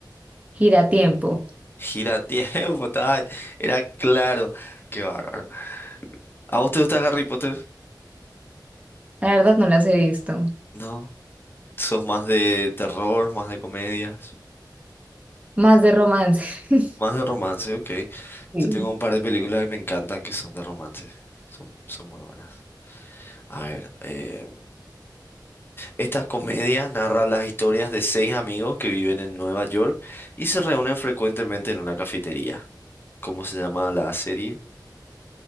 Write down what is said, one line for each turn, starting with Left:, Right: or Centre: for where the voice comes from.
Right: gira tiempo
Left: Gira <laughs> tiempo, tal. Era claro. Qué bárbaro. ¿A vos te gusta Harry Potter?
Right: La verdad no las he visto.
Left: No. ¿Sos más de terror, más de comedias,
Right: Más de romance. <laughs>
Left: más de romance? Ok.
Right: Sí.
Left: Yo tengo un par de películas que me encantan que son de romance. Son, son muy buenas. A ver, eh, Esta comedia narra las historias de seis amigos que viven en Nueva York y se reúnen frecuentemente en una cafetería. ¿Cómo se llama la serie?